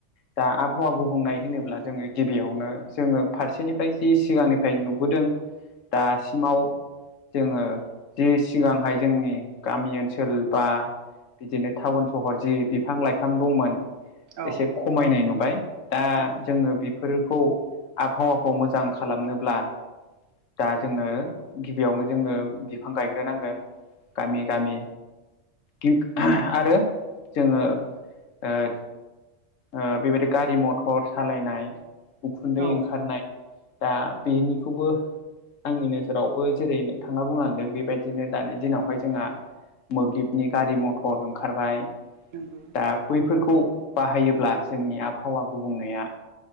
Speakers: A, on the left; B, on the right.
A: दा आबहावा गुबुं
B: उम
A: होनोब्ला जोङो गिबियावनो जोङो फारसेनिफ्राय जि सिगांनिफ्राय नुबोदों दासिमाव जोङो जि सिगांहाय जोंनि गामि ओनसोल बा बिदिनो टाउन सहर जि बिफां लाइफां दंमोन
B: औ
A: एसे खमायनाय नुबाय। दा
B: औ
A: जोङो बेफोरखौ आबहावाखौ मोजां खालामनोब्ला दा जोङो गिबियावनो जोङो बिफां गायग्रोनांगोन। गामि गामि गि आह आरो जोङो ओ ओ बेबायदि गारि मथ'र सालायनाय उखुन्दै
B: औ
A: ओंखारनाय दा बेनिखौबो आंनि नोजोरावबो जेरै नोंथाङा बुंलांदों बेबायदिनो दानि दिनावहाय जोंहा मोब्लिबनि गारि मथ'र ओंखारबाय।
B: नोंगौ।
A: आ बैफोरखौ बाहायोब्ला जोंनि आबहावा गुबुंनाया